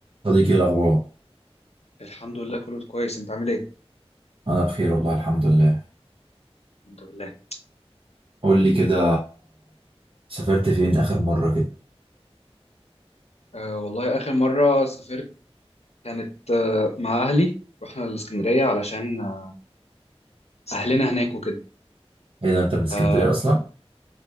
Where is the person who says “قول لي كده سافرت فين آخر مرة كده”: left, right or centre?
Right